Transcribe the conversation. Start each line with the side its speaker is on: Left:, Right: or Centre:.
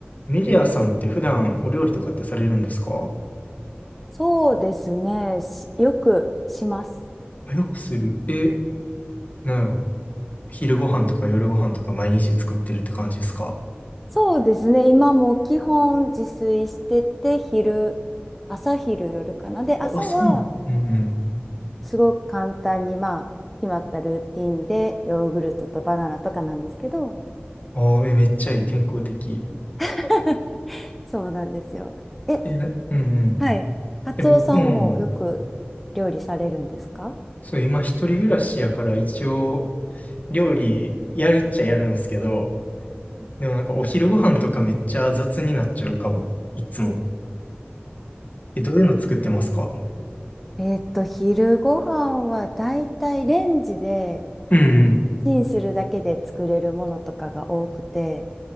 Left: メディアさんって普段お料理とかってされるんですか
Centre: そうですね。しよくします。
Left: あよくする。え、なんやろ。昼ご飯とか夜ご飯とか毎日作ってるって感じですか
Centre: そうですね。今も基本自炊してて、昼、朝昼夜かな。で、朝は
Left: あ、あそうなのうんうん。
Centre: すごく簡単に、まあ、決まったルーティンで、ヨーグルトとバナナとかなんですけど、
Left: あーえ、めっちゃいい。健康的。
Centre: <laughs> そうなんですよ。え、
Left: え、なうんうん。
Centre: はい。カツオさんもよく料理されるんですか
Left: え、僕も、そう、今一人暮らしやから一応料理やるっちゃやるんですけど、でもなんかお昼ご飯とかめっちゃ雑になっちゃうかも。いつも。え、どういうの作ってますか
Centre: えーっと、昼ご飯はだいたいレンジで
Left: うんうん。
Centre: チンするだけで作れるものとかが多くて、